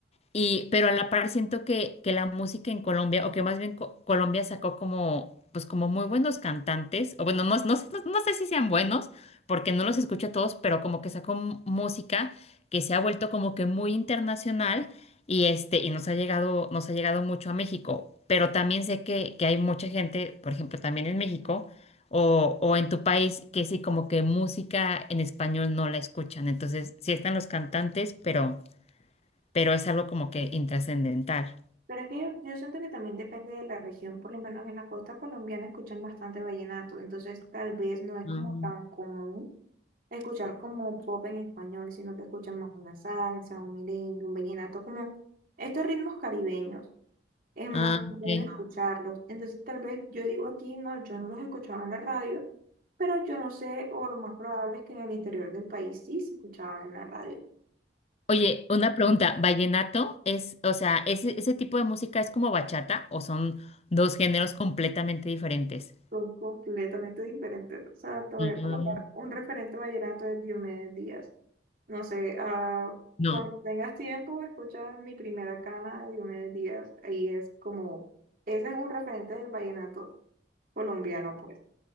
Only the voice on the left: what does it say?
y, pero a la par siento que, que la música en Colombia, o que más bien Co- Colombia sacó como, pues como muy buenos cantantes, o bueno, no, no, sé- no, no sé si sean buenos, porque no los escucho a todos, pero como que sacó m- música que se ha vuelto como que muy internacional y este, y nos ha llegado, nos ha llegado mucho a México. Pero también sé que, que hay mucha gente, por ejemplo, también en México o, o en tu país, que sí, como que música en español no la escuchan. Entonces, sí están los cantantes, pero pero es algo como que intrascendental.
Ujú.
Ah,
ok.
Oye, una pregunta, ¿vallenato es, o sea, ese, ese tipo de música es como bachata o son dos géneros completamente diferentes?
Ujú.
No.